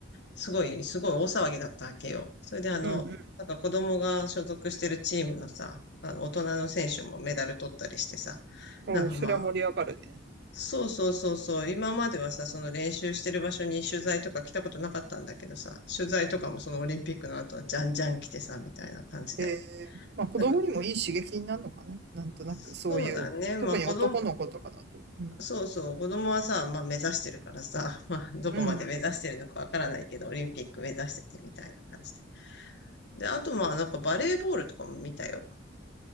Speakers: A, on the left; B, on the right.
A: すごい、すごい大騒ぎだったわけよ。それであの、
B: うん、うん、
A: なんか子供が所属してるチームのさ、あの、大人の選手もメダル取ったりしてさ、
B: おそれは盛り上がるね。
A: なんかまそうそうそうそう。今まではさ、その練習してる場所に取材とか来たことなかったんだけどさ、取材とかもそのオリンピックの後はじゃんじゃん来てさ、みたいな感じで。
B: ええまあ子供にもいい刺激になるのかななんとなく、
A: なんか、そうだね。
B: そういう。
A: まあ子供、
B: 特に男の子とかだと。うん。
A: そうそう、子供はさ、まあ目指してるからさ、<laughs> まあどこまで目指してるのかわからないけど、
B: うん。
A: オリンピック目指しててみたいな感じで。で、あとまあなんかバレーボールとかも見たよ。